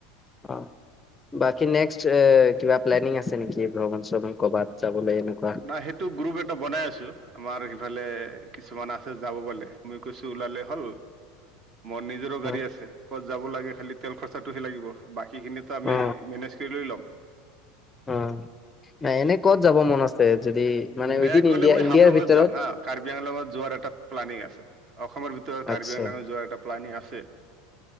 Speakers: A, on the left; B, on the right.
A: অ বাকি নেক্স কিবা প্লেণিং আছে নেকি ভ্ৰমণ শ্ৰণ কৰবাত যাবলৈ এনেকুৱা
B: নাই সেইটো গ্ৰুপ এটা বনাই আছো আমাৰ সিফালে কিছুমান আছে যাব গালে মই কৈছো ওলালে ভাল মোৰ নিজৰো গাড়ী
A: অ
B: আছে ক'ত যাব লাগে খালি তেল খৰচাটোহে লাগিব সেইখিনিতো আমি
A: অ
B: মেনেজ কৰি লৈ ল'ম
A: অ এনে ক'ত যাব মন আছে যদি মানে
B: মে
A: উইদিন
B: গ'লে
A: ইণ্ডিয়া
B: মই
A: ইণ্ডিয়াৰ
B: হাফলঙত
A: ভিতৰত
B: যাম হা কাৰ্বি আংলঙত যোৱাৰ এটা প্লানিং আছে অসমৰ ভিতৰত কাৰ্বি
A: আচ্ছা
B: আংল যোৱাৰ এটা প্লানিং আছে